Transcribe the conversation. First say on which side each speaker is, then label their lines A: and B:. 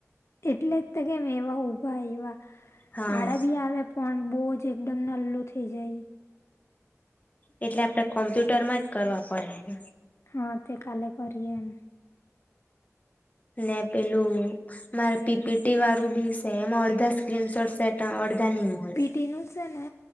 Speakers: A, on the left; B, on the left.
A: એટલે જ તે કેમ એવા ઊભા આયવા,
B: હા
A: આડા બી આવ્યા પણ બહુ જ એકદમ નલલું થઇ જાય.
B: એટલે આપડે કોમ્પ્યુટરમાં જ કરવા પડે.
A: હા તે કાલે કરીએ, એમ.
B: ને પેલું મારે પીપીટી વારુ બી સેમ અડધા સ્ક્રીન સોટ સેટ એ અડધા ની મલે.
A: ઈનુ સેને